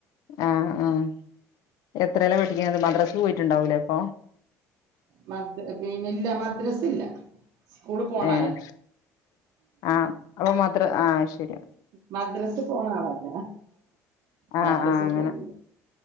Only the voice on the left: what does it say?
ആഹ് ആഹ് എത്രയല പഠിക്ക്ന്നത്? മദ്റസെൽ പോയിട്ടുണ്ടാവൂലേ ഇപ്പൊ?
ഏഹ് ആഹ് അപ്പൊ മദ്റ ആഹ് അത്‌ശരി.
ആഹ്
ആഹ് അങ്ങനെ